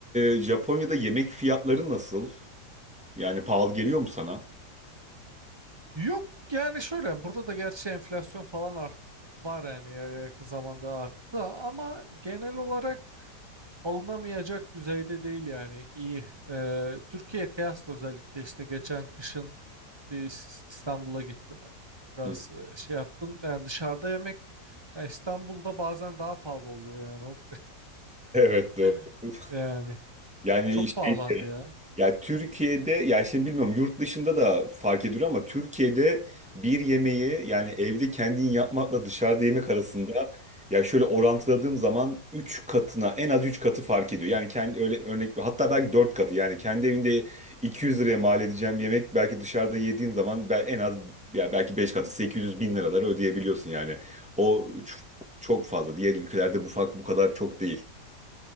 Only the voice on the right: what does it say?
Yok yani şöyle burada da gerçi enflasyon falan art var yani ya- yakın zamanda arttı ama genel olarak alınamayacak düzeyde değil yani iyi. Ee, Türkiye kıyasla özellikle işte geçen kışın bir İs- İstanbul'a gittim hani biraz
e, şey yaptım yani dışarıda yemek yani İstanbul'da bazen daha pahalı oluyor yani O-
<laughs>
yani
çok pahalandı
ya.